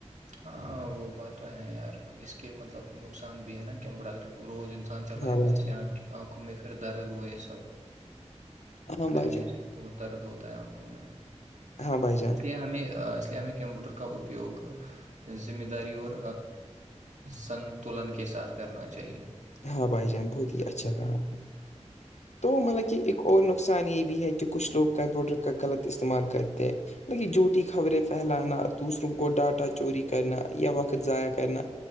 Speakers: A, on the right (about 85°); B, on the left (about 70°).
A: ہاں وہ بات تو ہے یار اس کے مطلب نقصان بھی ہے نا کہ بڑا ا روز ان چلائے
B: ہاں بھائی
A: گا
B: جان
A: آنکھوں میں پھر درد ہو یہ سب
B: ہاں
A: کرنے
B: بھائی جان
A: سے بہت درد ہوتا ہے آنکھوں میں
B: ہاں بھائی جان
A: اس لیے ہمیں اس لیے ہمیں کمپیوٹر کا اپپیوگ ذمہ داری اور سنتولن کے ساتھ کرنا چاہیے
B: ہاں بھائی جان بہت ہی اچھا کہا آپ نے تو مطلب کہ ایک اور نقصان یہ بھی ہے کہ کچھ لوگ کمپیوٹر غلط استعمال کرتے ہیں مطلب یہ جھوٹی خبریں پھیلانا دوسروں کو ڈاٹا چوری کرنا یا وقت ضائع کرنا